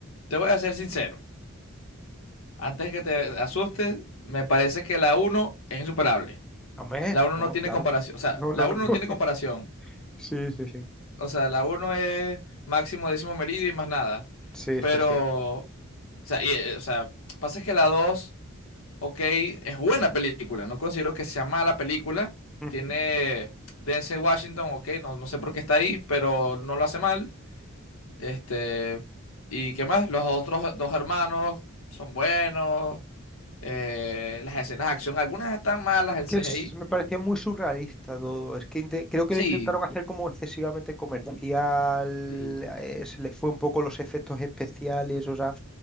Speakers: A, on the left (about 70°); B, in the centre.
A: Te voy a ser sincero. Antes que te asustes, me parece que la uno es insuperable.
B: Hombre,
A: La uno
B: no,
A: no tiene
B: claro.
A: comparación. O sea,
B: No,
A: la
B: no,
A: uno
B: no.
A: no tiene
B: <laughs>
A: comparación.
B: Sí, sí, sí.
A: O sea, la uno es máximo décimo meridio y más nada.
B: Sí,
A: Pero,
B: sí, sí.
A: o sea, y, eh, o sea, pasa es que la 2 Ok, es buena película, no considero que sea mala película.
B: Mm.
A: Tiene Denzel Washington, ok, no, no sé por qué está ahí, pero no lo hace mal. Este, ¿y qué más? Los otros dos hermanos son buenos. eh, las escenas de acción, algunas están malas,
B: Es
A: el
B: que
A: CGI.
B: es- me parecía muy surrealista todo. Es que inte- creo que
A: Sí,
B: lo intentaron hacer como excesivamente comercial,
A: sí, sí.
B: eh, se les fue un poco los efectos especiales, o sea,